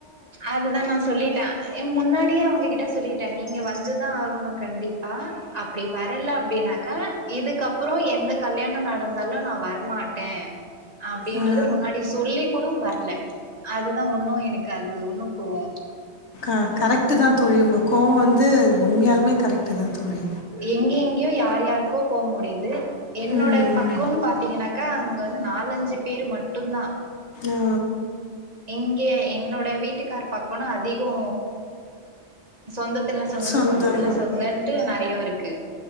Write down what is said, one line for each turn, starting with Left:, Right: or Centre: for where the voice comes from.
Right: அதுதா நா சொல்லிட்ட ஏ முன்னாட் ப்பயே அவுங்ககிட்ட சொல்லிட்டே நீங்க வந்துதா ஆகணு கண்டிப்பா அப்டி வரல அப்டினாக்கா இதுக்கப்றோ எந்த கல்யாணோ நடந்தாலூ நா வரமாட்டே அப்டின்றது
Left: அ
Right: முன்னாடி சொல்லி கூட வர்ல அதுதா உன்னோ எனக் கு அது உன்னோ கோவோ
Left: ஆ கரெக்ட்டு தா தோழி உங்க கோவோ வந்து உண்மையாலுமே கரெக்டு தா தோழி
Right: எங்கே எங்கேயோ யார் யாருக்கோ போ முடியுது என்னோட
Left: ம்.
Right: பக் க்கோன்னு பாத்தீங்கன்னாக்கா அங்க வந்து நாலஞ்சு பேரு மட்டுந்தா
Left: ஓ!
Right: இங்கே என்னோட வீட்டுக்கார் பக்கோனா அதிகோ சொந்தத் துல சொந்தோ
Left: சொந்தம்.
Right: சொந்தத்துல சொந்தோன்ட்டு நறைய இருக்கு